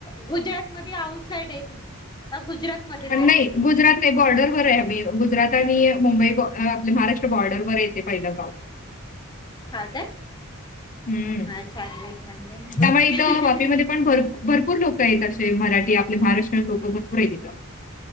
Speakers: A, on the left; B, on the left.
A: गुजरात मध्ये आउटसाईड आहे. तुम्ही गुजरात मध्येच
B: आणि
A: आहे?
B: नाही गुजरात नाही बॉर्डरवरर आहे आम्ही गुजरात आणि मुंबई आपले महाराष्ट्र बॉर्डरवरर येते पहिलं
A: ह काय
B: हं.
A: हा छांगलं आहे ांगलं आहे बघ
B: त्यामुळे इथं वापीमध्ये पण भर भरपूर लोक आहेत असे मराठी आपले महाराष्ट्रीय लोकं भरपूर आहेत तिथं.